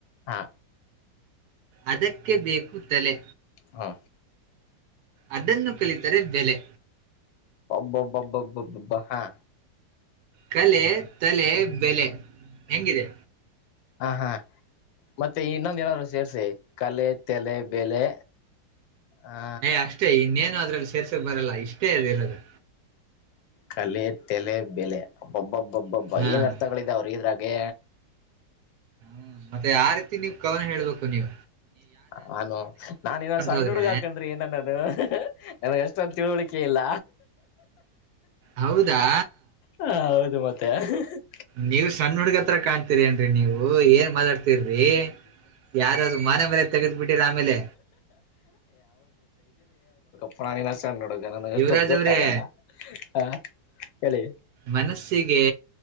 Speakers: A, on the left; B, on the right.
A: ಹಾ
B: ಅದಕ್ಕೆ ಬೇಕು ತಲೆ
A: ಹಾ
B: ಅದನ್ನು ಕಲಿತರೆ ಬೆಲೆ
A: ಬಬ ಬ ಬಬ ಹಾ
B: ಕಲೆ ತಲೆ ಬೆಲೆ ಹೆಂಗಿದೆ
A: ಹಾ ಹಾ ಮತ್ತೆ ಇನ್ನೊಂದ ಏನಾದ್ರು ಸೇರ್ರಿಸಿ ಕಲೆ ತಲೆ ಬೆಲೆ ಆ
B: ಏ ಅಷ್ಟೇ ಇನ್ನೇನು ಅದ್ರಲ್ಲಿ ಸೇರ್ಸೋಕ ಬರಲ್ಲ ಇಷ್ಟೇ ಅದ ಇರೋದು
A: ಕಲೆ ತಲೆ ಬೆಲೆ ಅಬ್ಬಬ್ಬ ಅಬ್ಬಬ್ಬ
B: ಹಾ
A: ಏನ್
B: ಹ್ಮ್.
A: ಅರ್ಥಗಳ ಇದಾವ ರಿ ಇದ್ರಾಗೆ
B: ಹ್ಮ ಮತ್ತೆ ಆ ರೀತಿ ನೀವ ಕವನ ಹೇಳ್ಬೇಕು ನೀವ
A: ನಾನು ನಾನ ಇನ್ನೊ ಸಣ್ಣ
B: ಹೋದ್ರೆ
A: ಹುಡುಗ ಕಣ್ರೀ ನನನ್ನು <unintelligible> ನನಗ ಅಷ್ಟೊಂದ ತಿಳುವಳಿಕೆ ಇಲ್ಲ
B: ಹೌದಾ
A: ಹಾ ಹೌದು ಮತ್ತೆ <unintelligible>
B: ನೀವ್ ಸಣ್ಣ ಹುಡ್ಗ ತರ ಕಾಣ್ತೀರಿ ಅನ್ನ ರಿ ನೀವು ಏನ್ ಮಾತಾಡ್ತಿರ್ರಿ ಯಾರ್ರ ಮಾನ ಮರ್ಯಾದೆ ತೆಗೆದ ಬಿಟ್ಟಿರ ಆಮೇಲೆ
A: <unintelligible> ನೋಡ ನನಗೆ ಅಷ್ಟೊಂದು
B: ಯುವರಾಜ್
A: ಗೊತ್ತಾಗಲ್ಲ
B: ಅವ್ರೇ
A: ಹಾ ಹೇಳಿ
B: ಮನಸ್ಸಿಗೆ